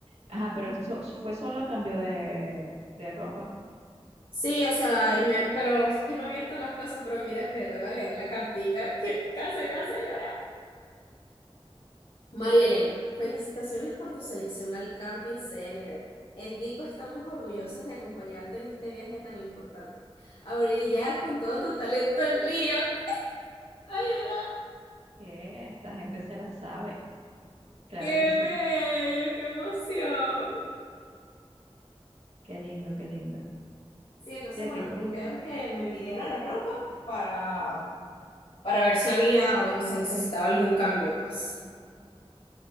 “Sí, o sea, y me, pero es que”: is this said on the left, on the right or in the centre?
Left